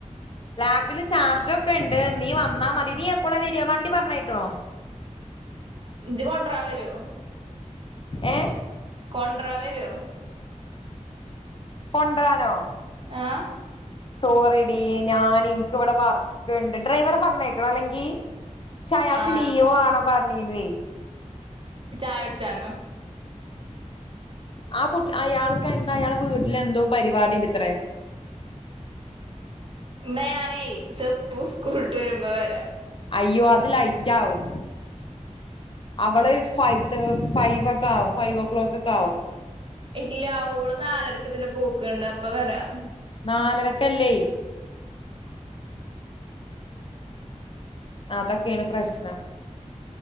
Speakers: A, on the left; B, on the right.
A: ലാപ്പില് ചാർജ ഒക്കെ ഉണ്ട് നീ വന്നാ മതി നീ എപ്പോളാ വരിയാ വണ്ടി പറഞ്ഞക്കണോ
B: ഇത് കൊണ്ടരാൻ വരുവോ
A: ഏ
B: ഒണ്ടാം വരുോ
A: കൊണ്ടരാനോ
B: ആഹ
A: സോറിടിീ ഞാൻ എനിക്ക് ഇവിടെ വർക്കൊക്കെ ഉണ്ട് ഡ്രൈവറെ പറഞ്ഞേക്കണോ അല്ലെങ്കി പക്ഷെ അയാൾക്ക്
B: ആഹ്
A: ലീവ് വേണം പറഞ്ഞീനേ
B: ചായ അടിച്ചാനോ
A: ആ കുട്ടി അയാൾക്ക് എന്താ അയാൾ വീട്ടില എന്തോ പരിപാടിണ്ട് ഇത്രേ
B: ഇാ ഞാനേ സെപ്പൂ കൂട്ടട്ട് വരുമ്പോ വരാ
A: അയ്യോ അത് ലൈറ്റ് ആവും അവള് ഫവ ഫൈവ ഒക്കെ ആും ഫൈവ് ഓ ക്ലോക്ക് ഒക്കെ ആവും
B: ഇല്ല അവള് നാലരക്കതില പൂക്ക്ണ്ട് അപ്പ വരാം
A: നാലരക്ക അല്ലേ അതൊക്കെയാണ് പ്രശ്നം